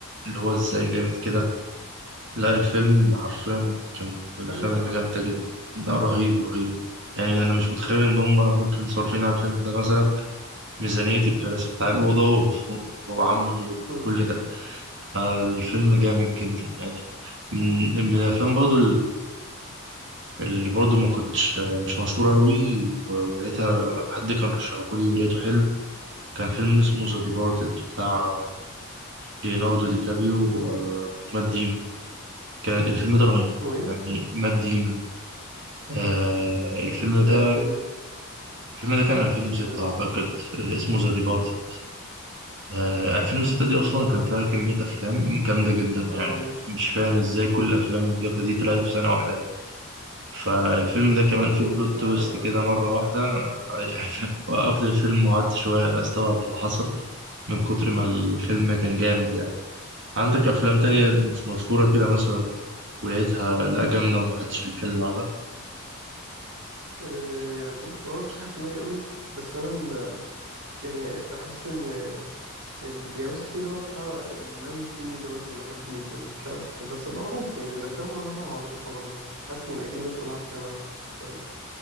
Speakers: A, on the right (about 60°); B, on the right (about 85°).
A: اللي هو ازاي جامد كده لا الفيلم حرفيا كان من الافلام
B: حلو ولا
A: اللي
B: لأ؟
A: جامده جدا لا رهيب رهيب يعني انا مش متخيل
B: مم.
A: ان هم ممكن صارفين على الفيلم ده مثلا ميزانيه الكراسي بتاع الاوضه و... <laughs> وعملوا
B: <laughs>
A: كل ده آه، الفيلم جامد جدا يعني من من الافلام برضو اللي برضه ما كنتش مش مشهورة أوي و- ولقيتها حد كان رشحهولي ولقيته حلو كان فيلم اسمه ذا ديبارتد بتاع ليوناردو دي كابريو و- ومات ديمون كان الفيلم ده رهيب
B: اسمه إيه؟
A: يعني مات ديمون آه الفيلم ده
B: لا الفيلم
A: الفيلم ده كان 2006
B: اسمه إيه؟
A: أعتقد آه اسمه ذا ديبارتد آه 2006 دي أصلا كان
B: آه
A: فيها كمية أفلام
B: آه.
A: جامدة جدا
B: اه
A: يعني
B: ماشي
A: مش فاهم إزاي كل الأفلام الجامدة دي طلعت في سنة واحدة فالفيلم ده كمان
B: هو
A: فيه بلوت
B: فعلا
A: تويست
B: اه
A: كده مرة واحدة أنا يعني <laughs> وقفت الفيلم وقعدت شوية أستوعب اللي حصل من كتر ما الفيلم
B: م.
A: كان جامد يعني عندك أفلام تانية مش مشهورة كده مثلا ولقيتها لأ جامدة ومحدش بيتكلم عنها
B: آه، بص هو أنا مفيش حاجة في دماغي قوي بس أنا ال... يعني بحس إن ال... يعني مثلا في اللي هو بتاع الناو يو سي مي ده مثلا بحبه جدا مش عارف بس معروف يعني الأفلام معظمها معروفة برضو حاسس إن أكيد الناس كلها عارفاها مثلا